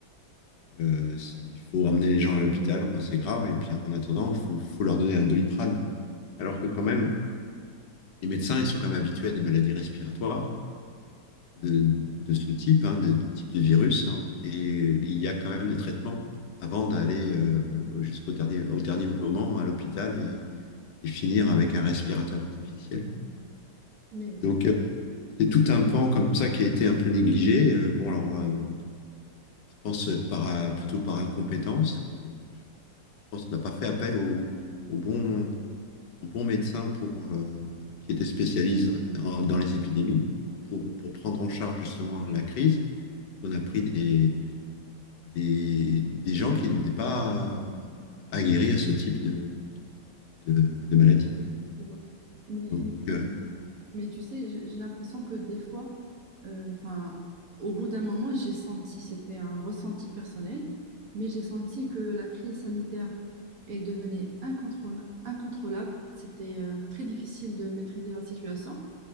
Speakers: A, on the left; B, on the right.
A: euh, il faut emmener les gens à l'hôpital quand c'est grave, et puis en attendant, il faut, faut leur donner un Doliprane. Alors que quand même, les médecins, ils sont quand même habitués à des maladies respiratoires. de, de ce type, hein, de type de virus, hein, et il y a quand même des traitements avant d'aller euh, jusqu'au dernier, au dernier moment à l'hôpital et, et finir avec un respirateur artificiel, quoi.
B: Mais,
A: Donc, euh, c'est tout un pan comme ça qui a été un peu négligé. Euh, bon, alors, euh, je pense par, euh, plutôt par incompétence. que Je pense qu'on n'a pas fait appel au, au bon, au bon médecin pour, euh, qui était spécialisé en- dans les épidémies pour, pour prendre en charge justement la crise. On a pris des, des, des gens qui n'étaient pas euh, aguerris à ce type de, de, de maladie.
B: euh, mais,
A: Donc, euh,
B: Mais tu sais, j'ai j'ai l'impression que des fois, euh, enfin, au bout d'un moment, j'ai senti, c'était un ressenti personnel, mais j'ai senti que la crise sanitaire, elle devenait incontrôla- incontrôlable. C'était euh, très difficile de maîtriser la situation.